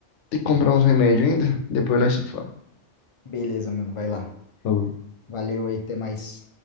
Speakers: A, on the left; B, on the left.
A: ter que comprar uns remédios ainda. Depois nós se fala.
B: Beleza, mano. Vai lá.
A: Falou.
B: Valeu aí, até mais.